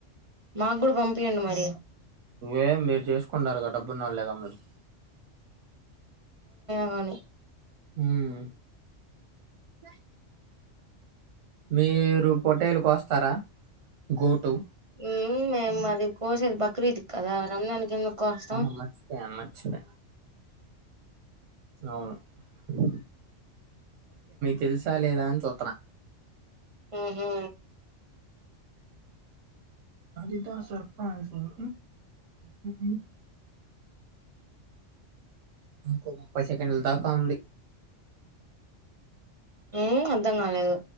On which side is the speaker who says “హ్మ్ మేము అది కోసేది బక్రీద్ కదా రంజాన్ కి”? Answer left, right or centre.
Right